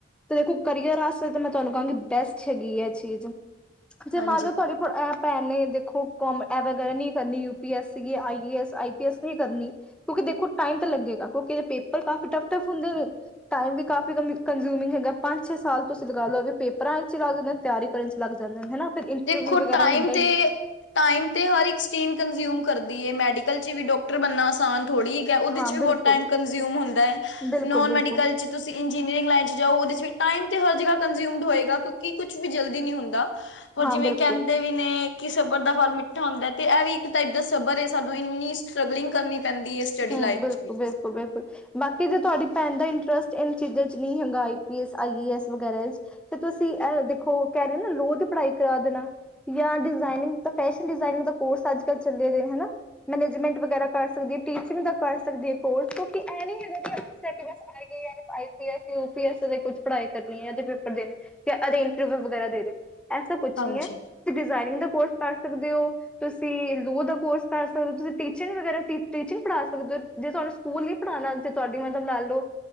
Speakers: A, in the centre; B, on the left.
A: ਤੇ ਦੇਖੋ, ਕਰੀਅਰ ਆਸੇ ਤਾਂ ਮੈਂ ਤੁਹਾਨੂੰ ਕਹਾਂਗੀ। ਬੈਸਟ ਹੈਗੀ ਏ ਚੀਜ਼ ਜੇ
B: ਹਾਂਜੀ
A: ਮੰਨ ਲਓ। ਤੁਹਾਡੀ ਕੋਲ ਐ ਭੈਣ ਨੇ ਦੇਖੋ ਕੋਮ ਐ ਵਗੈਰਾ ਨਈ ਕਰਨੀ, ਯੂ ਪੀ ਐਸ ਸੀਗੀ, ਆਈ ਈ ਏ ਏਸ, ਆਈ ਪੀ ਐਸ ਨਈ ਕਰਨੀ। ਕਿਉਂਕਿ ਦੇਖੋ, ਟਾਈਮ ਤਾਂ ਲੱਗੇਗਾ। ਕਿਉਂਕਿ ਪੇਪਰ ਕਾਫੀ ਟਫ- ਟਫ ਹੁੰਦੇ ਨੇ। ਟਾਈਮ ਵੀ ਕਾਫੀ ਕੰ- ਕੰਜੂਮਿੰਗ ਹੈਗਾ, ਪੰਜ ਛੇ ਸਾਲ ਤੁਸੀਂ ਲਗਾ ਲਓ, ਏਵੀ ਪੇਪਰਾਂ ਵਿੱਚ ਲਗਦੇ ਤੇਆਰੀ ਕਰਨ ਲੱਗ ਜਾਂਦੇ ਹਨਾ। ਫਿਰ ਇੰਟਰਵਿਊ
B: ਦੇਖੋ
A: ਵਗੈਰਾ
B: ਟਾਈਮ
A: ਹੁੰਦ
B: ਤੇ ਟਾਈਮ ਤੇ ਹਰ ਇੱਕ ਚੀ ੲਇਨ ਕੰਜ਼ਿਊਮ ਕਰਦੀ ਐ, ਮੈਡੀਕਲ ਚ ਵੀ ਡਾਕਟਰ ਬਣਨਾ ਆਸਾਨ ਥੋੜ੍ਹੀ ਉਹਦੇ
A: ਹਾਂ
B: ਚ ਵੀ ਬਹੁਤ
A: ਬਿਲਕੁਲ,
B: ਟਾਈਮ ਕੰਜਿਊਮ ਹੁੰਦਾ ਹੈ,
A: ਬਿਲਕੁਲ,
B: ਨੋਨ ਮੈਡੀਕਲ
A: ਬਿਲਕੁਲ
B: ਚ ਤੁਸੀਂ ਇੰਜੀਨੀਅਰਿੰਗ ਲਨ ਚ ਜਾਓ ਵਿਚ ਟਈਮ ਤੇ ਹਰ ਜਾਗਾ ਕੰਜਊਮਡ ਹੋਗਾ ਕਿਉਂਕਿ ਕੁਛ ਵੀ ਜਲਦੀ ਨ ਹੁੰਦਾ। ਹੋਰ
A: ਹਾਂ
B: ਜਿਵੇਂ
A: ਬਿਲਕੁਲ।
B: ਕਹਿੰਦੇ ਨੇ ਕਿ ਸੱਬਰ ਦਾ ਫਲ ਮਿੱਠਾ ਹੁੰਦਾ ਐ, ਤੇ ਇਹ ਵੀ ਇੱਕ ਟਾਈਪ ਦਾ ਸੱਬਰ ਏ ਸਾਨੂੰ ਇੰਨੀ ਸਟਰਗਲਿੰਗ ਕਰਨੀ ਪੈਂਦੀ ਹੈ ਸਟੱਡੀ
A: ਹੂੰ
B: ਲਾਈਫ
A: ਬਿਲਕੁਲ
B: 'ਚ ਵੀ
A: -ਬਿਲਕੁਲ -ਬਿਲਕੁਲ। ਬਾਕੀ ਜੇ ਤੁਹਾਡੀ ਭੈਣ ਦਾ ਇੰਟਰਸਟ ਇਨ ਚੀਜ਼ਾਂ ਚ ਨਹੀਂ ਹੈਗਾ ਆਈ ਪੀ ਆਈ ਏਸ ਵਗੈਰਾ ਵਿੱਚ ਤੇ ਤੁਸੀਂ ਅ ਦੇਖੋ ਕਹਿ ਰਹੇ ਹੋ ਨਾ ਲੋਹ ਦੀ ਪੜ੍ਹਾਈ ਕਰਾ ਦੇਣਾ ਜਾਂ ਡਿਜ਼ਾਇਨਿੰਗ ਤਾਂ ਫੈਸ਼ਨ ਡਿਜ਼ਾਇਨਿੰਗ ਦਾ ਕੋਰਸ ਅੱਜ-ਕੱਲ ਚੱਲੇ ਵੇ ਨੇ ਹਨਾ। ਮੈਨੇਜਮੈਂਟ ਵਗੈਰਾ ਕਰ ਸਕਦੀ ਹੈ ਟੀਚਿੰਗ ਦਾ ਕਰ ਸਕਦੀ ਹੈ ਕੋਰਸ, ਕਿਉਂਕਿ ਇਹ ਨੀ ਹੈਗਾ ਕੀ ਅਨ ਸੈਟੀ ਹੈਗੇ ਐ I P S, U P S ਦੇ ਕੁਛ ਪੜ੍ਹਾਈ ਕਰਨੀ ਐ ਏਦੇ ਪੇਪਰ ਦੇਣੇ ਤੇ ਐਦੀ ਇੰਟਰਵਿਊ ਵਗੈਰਾ ਦੇਦੇ ਐਸਾ ਕੁਛ
B: ਹਾਂਜੀ-ਹਾਂਜੀ
A: ਨੀ ਐ। ਤੁ ਡਿਜ਼ਾਇਨਿੰਗ ਦਾ ਕੋਰਸ ਕਰ ਸਕਦੇ ਓ ਤੁਸੀ ਲੋਹ ਦਾ ਕੋਰਸ ਕਰ ਸਕਦੇ ਓ, ਤੁਸੀਂ ਟੀਚਿੰਗ ਵਗੈਰਾ ਟੀ ਟੀਚਿੰਗ ਪੜਾ ਸਕਦੇ ਓ, ਜੇ ਤੁਹਾਨੂੰ ਸਕੂਲ ਨ ਪੜ੍ਹਾਣਾ ਜੇ ਤੁਹਾਡੀ ਮਤਲਬ ਲਾ ਲੋੋ